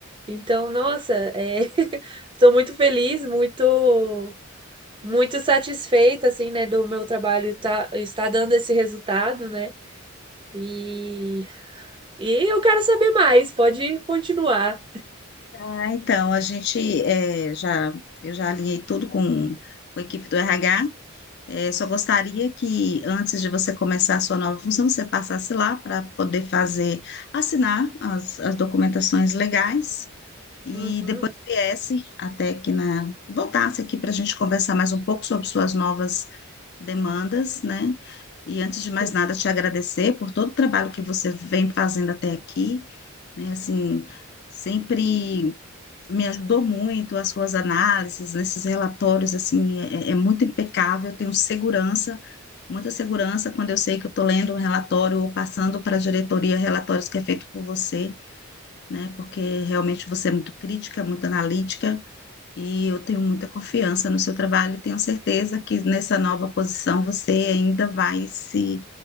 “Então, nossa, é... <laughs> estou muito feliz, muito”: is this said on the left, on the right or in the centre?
Right